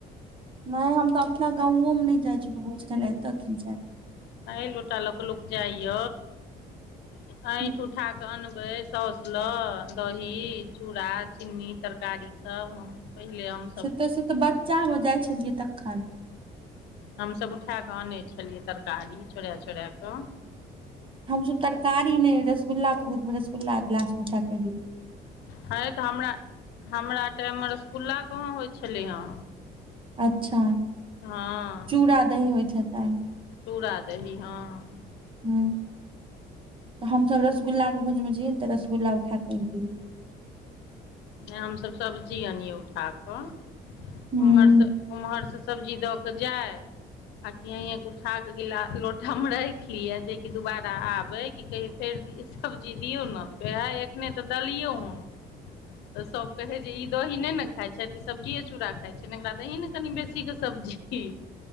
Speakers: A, on the right; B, on the left.
A: नय हम तऽ अपना गाँवो मे नय जाइ छलहुँ भोज खाय ल एतऽ की जाय
B: अ लोटा लऽ क लोक जाइय ऐंठ
A: हूँ
B: उठाऽ ऽ अनबै सौस लऽ दही चूड़ा चिन्नी तरकारी सब हम पहिले हम
A: से तऽ से तऽ बच्चा में जाइ छलियै तखन
B: हमसब उठाए कऽ आनैत छलियै तरकारी चोड़ा चोड़ा कऽ
A: हमसब तरकारी नय रसगुल्लाा के भोजमे रसगुल्ला गिलास मे उठा कर लहु
B: हँ तऽ हमरा हमरा टाइम में रसगुल्ला कहाँ होइ छलै हँ
A: अच्छा
B: हँ
A: चूड़ा दही होइत हेतैन
B: चूड़ा दही हँ
A: ह तऽ हमसब रसगुल्ला के भोज में जैयै तऽ रसगुल्ला उठाक के अनलियै
B: हमसब सब्जी अनीयै उठा कऽ
A: हूँ
B: उम्हर से उम्हर से सब्जी दऽ कऽ जाइ आ की हियाँके उठाकऽ गिलास लोटा में राइख लियै जेकि दुबारा आबे कि कहै फेर सब्जी दियौ ने तऽ कहै है एखने तऽ देलियौ हँ <inaudible> तऽ सब कहै जे ई दही नय ने खाइ छथि ई सब्जि चूड़ा खाइ छै एकरा दही ने कनि बेसीके सब्जी की